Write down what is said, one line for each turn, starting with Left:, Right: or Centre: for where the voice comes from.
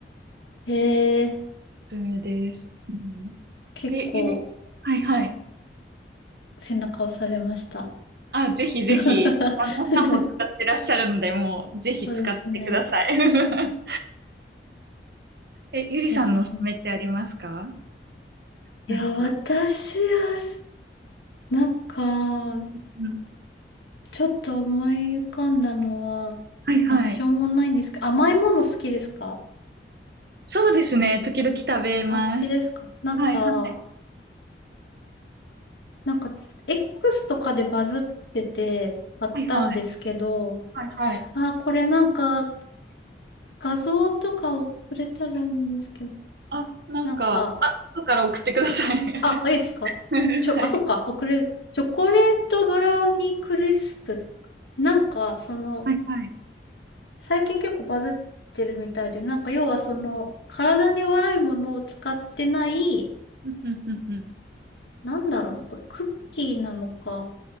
Left: へえ。
Right: おすすめです。うん。
Left: 結構
Right: え、ゆり、はいはい。
Left: 背中押されました。
Right: あ、ぜひぜひ、
Left: <laughs>
Right: 旦那さんも使ってらっしゃるので、もう、ぜひ使ってください。
Left: そうですね。
Right: <laughs> え、ゆりさんのおすすめってありますか
Left: 検討します。いや、
Right: なんか。
Left: 私は、なんか、
Right: うん。
Left: ちょっと思い浮かんだのは、
Right: はいはい。
Left: なんかしょうもないんですけど、甘いもの好きですか
Right: そうですね。時々食べます。
Left: あ、好きですかなんか、
Right: はいはい。
Left: なんか、X とかでバズっててあったんですけど、
Right: はいはい。はいはい。
Left: あ、これなんか、画像とか送れたらいいんですけど、
Right: あ、なんか、
Left: なんか、
Right: あ、後から送ってください。
Left: あ、いいですかちょ、
Right: <laughs> はい。
Left: あ、そっか、送れる。チョコレートブラウニークリスプ。なんか、その、
Right: はいはい。
Left: 最近結構バズってるみたいで、なんか、要はその、体に悪いものを使ってない、
Right: うんうんうんうん。
Left: なんだろうな、これ、クッキーなのか。